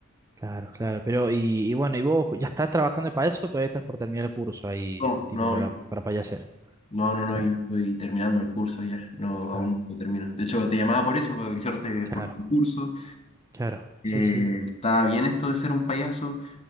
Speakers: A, on the right; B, on the left.
A: claro, claro, pero, y, y bueno, ¿y vos ya estás trabajando de payaso o todavía estás por terminar el curso ahí,
B: No,
A: tipo,
B: no,
A: para,
B: yo-
A: para payaser?
B: no, no, no,
A: Claro.
B: yo estoy terminando el curso ya, no,
A: claro.
B: aún no termino. De hecho, te llamaba por eso, para avisarte
A: Claro,
B: por el curso.
A: claro, sí,
B: Eh,
A: sí,
B: está bien esto de ser un payaso.